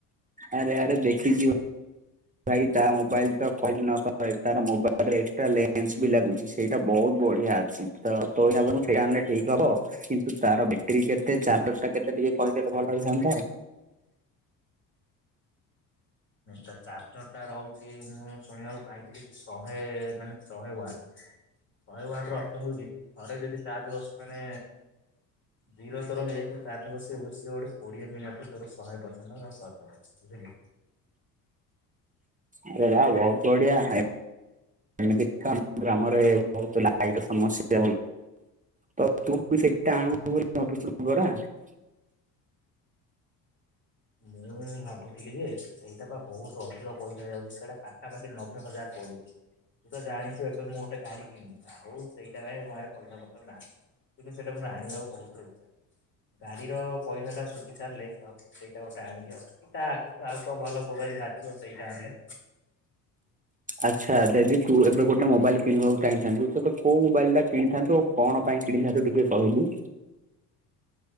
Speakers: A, on the right; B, on the left.
A: ଆରେ ଆରେ ଦେଖିଛି ଭାଇ ତା ମୋବାଇଲ ତ କହିଲ <unintelligible> ତାର ମୋବାଇଲରେ ଏକ୍ସଟ୍ରା ଲେନ୍ସ ବି ଲାଗୁଛି। ସେଇଟା ବହୁତ ବଢିଆ ଅଛି। ତ <unintelligible> ଆଣିଲେ ଠିକ ହବ। କିନ୍ତୁ ତାର ବେଟିରୀ କେତେ ଚାର୍ଜର ଟା କେତେ ଟିକେ କହିଦେଲେ ଭଲ ହେଇଥାନ୍ତା ଆଉ।
B: ତା ଚାର୍ଜର ଟା ରହୁଛି ମୁଁ ଶୁଣିବାକୁ ପାଇକିରି ବି ଶହେ ମାନେ ଶହେ ୱାଟ। ଶହେ ୱାଟ ର ଅର୍ଥ ହେଉଛି ଥରେ ଯଦି ଚାର୍ଜ ବସ ମାନେ ଜିରୋ ଧର ହେଇଯାଇଥିବ ଚାର୍ଜ ବାସେଇବୁ ସିଏ ଗୋଟେ କୋଡିଏ ମିନିଟରେ ତୋର ଶହେ ପରସେଣ୍ଡ ସରିଦବ ବୁଝିଲୁ।
A: ଆରେ ବା ବହୁତ ବଢିଆ ହେ <unintelligible> ତୁ ସେଟା ଆଣୁ ବୋଲି ଭାବୁଛୁ ପରା।
B: ମୁଁ ଭାବୁଥିଲି ଯେ ସେଇଟା ବା ବହୁତ ଅଧିକ ପଇସା ହେଇଯାଉଛି ସେଇଟା ପାଖାପାଖି ନବେ ହଜାର ପଡୁଚି ତୁ ତ ଜାଣିଚୁ ଏବେ ମୁଁ ଗୋଟେ ଗାଡି କିଣି ଆଉ ସେଇଟା ପାଇଁ ମୋ ପାଖରେ ପଇସା ପତ୍ର ନାହିଁ କିନ୍ତୁ ସେଇଟା ମୋର ଆଣିବାକୁ ବହୁତ ଇଛା। ଗାଡ଼ିର ପଇସା ଟା ସୁଯି ସାରିଲେ ଭାବୁଚି ସେଇଟା ଗୋଟେ ଆଣିବି। ଅଛି ତା ଆଗକୁ ଆଉ କଣ ଭଲ ମୋବାଇଲ ବାଜିବ ସେଇଟା ଆଣିଲେ
A: ଆଚ୍ଛା ଦେଦି ତୁ ଏବେ ଗୋଟେ ମୋବାଇଲ କିଣିବାକୁ ଚାହିଁଥାନ୍ତୁ ତ ତୁ କୋଉ ମୋବାଇଲ ଟା କିଣିଥାନ୍ତୁ ଆଉ କଣ ପାଇଁ କିଣିଥାନ୍ତୁ ଟିକେ କହିଲୁ।